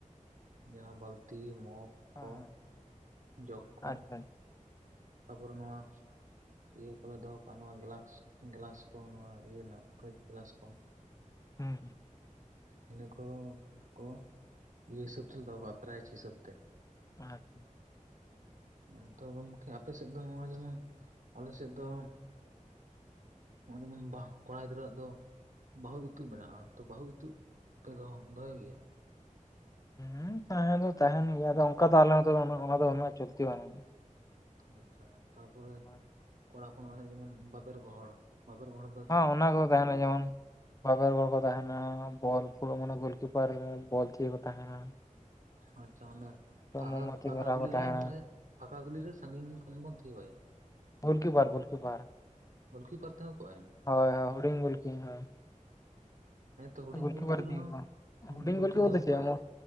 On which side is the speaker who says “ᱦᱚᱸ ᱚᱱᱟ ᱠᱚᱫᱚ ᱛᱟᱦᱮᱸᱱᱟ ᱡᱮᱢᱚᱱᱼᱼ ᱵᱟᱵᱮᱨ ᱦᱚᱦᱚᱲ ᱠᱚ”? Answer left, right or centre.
Left